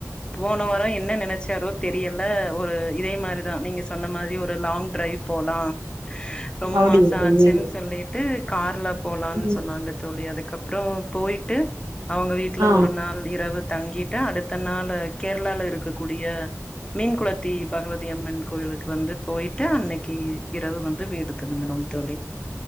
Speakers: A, on the left (about 15°); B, on the right (about 70°).
A: போன வாரோ என்ன நெனச்சாரோ தெரியல ஒரு இதே மாரிதா நீங்க சொன்ன மாரி ஒரு லாங் டிரைவ் போலா ரொம்ப
B: அப்படியா
A: மாச
B: தோழி?
A: ஆச்சுன் சொல்லிட் ட்டு கார்ல போலான்
B: ம்.
A: சொன்னாங்க தோழி அதுக்கப்றோ போயிட் டு அவங்க வீட்ல
B: ஆ.
A: ஒரு நாள் இரவு தங்கிட்டு அடுத்த நாள் கேர்ளால இருக்கக்கூடிய மீன் குளத்தி பகவதிய அம்மன் கோயிலுக்கு வந்துட்டு போயிட்டு அன்னக்கி இரவு வந்து வீடு திரும்புனோம் தோழி